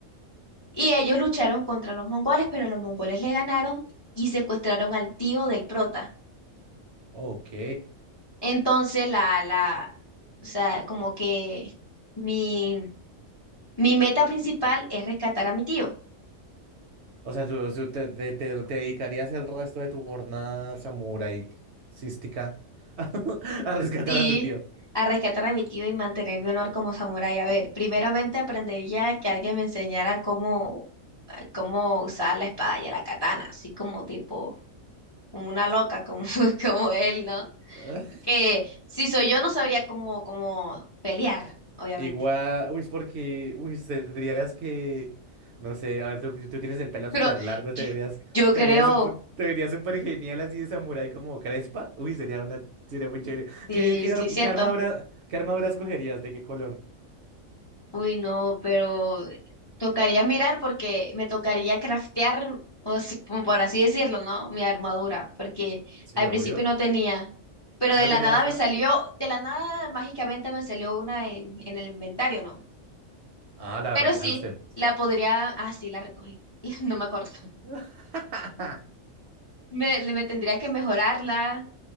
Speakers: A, on the left (about 30°); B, on the right (about 65°).
A: y ellos lucharon contra los mongoles, pero los mongoles le ganaron y secuestraron al tío del prota.
B: Ok.
A: Entonces, la, la, o sea, como que mi, mi meta principal es rescatar a mi tío.
B: O sea, tú, tú te, te- te- te dedicarías el resto de tu jornada samurai cística <laughs> a rescatar
A: Sí,
B: a tu tío.
A: a rescatar a mi tío y mantener mi honor como samurái. A ver, primeramente aprendería que alguien me enseñara cómo, cómo usar la espada y la katana, así como tipo una loca como, <laughs> como él, ¿no?
B: <laughs>
A: Que si soy yo no sabría cómo, cómo pelear, obviamente.
B: Igual, uy, es porque, uy, tendrías que, no sé, a ver, tú, tú tienes el pelo
A: Pero
B: súper largo,
A: yo,
B: te verías,
A: yo
B: te
A: creo,
B: verías, supu- te verías súper genial así de samurái como Crespa. Uy, sería una, sería muy chévere.
A: sí,
B: ¿Qué, qué,
A: sí,
B: ar-
A: cierto.
B: qué armadura, qué armadura escogerías? ¿De qué color?
A: Uy, no, pero tocaría mirar porque me tocaría craftear, o si- como por así decirlo, ¿no? Mi armadura, porque
B: Sí,
A: al
B: obvio.
A: principio no tenía. Pero
B: ¿No
A: de la
B: tenías
A: nada me
B: nada?
A: salió, de la nada mágicamente me salió una en, en el inventario, ¿no?
B: Ah, la
A: Pero
B: recogiste.
A: sí, la podría, ah, sí, la recogí. <laughs> No me acuerdo.
B: <laughs>
A: Me, le- me tendría que mejorarla.